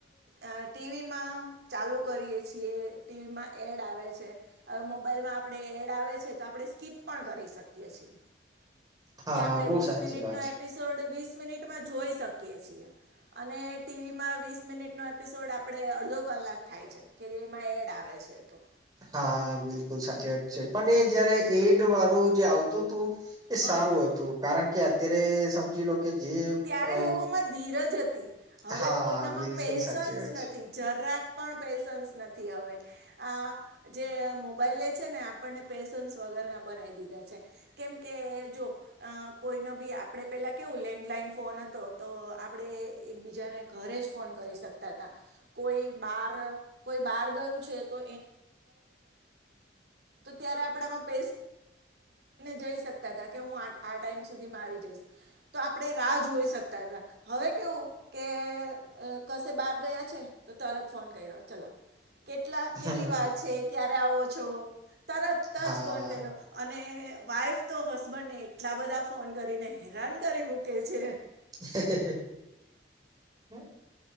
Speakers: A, on the right; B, on the right.
A: અ ટીવીમાં ચાલુ કરીએ છીએ ટીવીમાં એડ આવે છે હવે મોબાઈલમાં આપણે એડ આવે છે તો આપણે સ્કીપ પણ કરી શકી છે
B: હા
A: કે આપણે
B: બહુ
A: વીસ
B: સાચી
A: મિનિટ
B: વાત
A: ન
B: છે
A: એપિસડસ વીસ વિશ મિનિટ માં જોઈ છિ અને ટિવી માં વિશ મિનિટ નો એપિસોડ એપિસોડ આપેણે અડધો કલાક થાય છે કે જે એમાં એડ આવે છે તો
B: હા બિલકુલ સાચી વાત છે પણ એ જયારે એડ વાળું જે આવતું તો એ
A: હા
B: સારું હતું કારણ કે અત્યારે સમજી લો કે જે
A: ત્યારે
B: અ
A: લોકોમાં ધીરજ હતી હવે
B: હા
A: કોઈનામાં
B: બિલકુલ
A: પેશન્સ
B: સાચી વાત
A: નથી
B: છે
A: જરાક પણ પેશન્સ નથી હવે આ જે મોબાઈલે છે ને આપને પેશન્સ વગર ના બનાવી દીધા છે કેમ કે જો અ કોઈને બી આપણે પેલા કેવું લેન્ડલાઈન ફોન હતો તો આપણે એક બીજાને ઘરે જ ફોન કરી શકતા હતા, કોઈ બાર કોઈ બહાર ગયું કો ત આપ પ ક જ શકતા કે હું આ ટાઈમ સુધીમાં આવી જઈશ, તો આપણે રાહ જોઈ શકતા હતા, હવે કેવું કે કશે બહાર ગયા છે તો તરત ફોન કર્યો ચાલો કેટલા
B: હમ
A: કેટલી વાર છે ક્યારે આવો છો, તરત
B: હા
A: જ ફોન કર્યો, અને વાઈફ તો હસબન્ડ ને એટલા બધા ફોન કરીને હેરાન કરી મૂકે છે.
B: હમ <unintelligible>